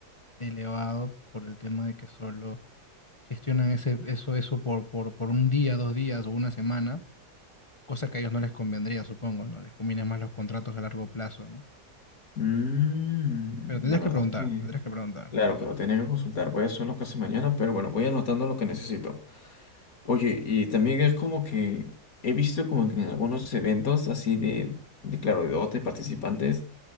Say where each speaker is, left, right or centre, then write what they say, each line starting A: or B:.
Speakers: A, on the left (about 25°); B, on the left (about 60°).
A: elevado por el tema de que solo gestionan ese, eso, eso por, por, por un día, dos días o una semana, cosa que a ellos no les convendría, supongo, ¿no? Les conviene más los contratos a largo plazo, ¿no?
B: Mm,
A: Pero tendrías
B: la verdad
A: que preguntar,
B: es que,
A: tendrías que preguntar.
B: claro,
A: Sí,
B: pero
A: sí,
B: tenía
A: sí.
B: que consultar, voy a hacer lo que hace mañana, pero bueno, voy anotando lo que necesito. Oye, y también es como que he visto como que en algunos eventos así de, de claro, de dote, participantes,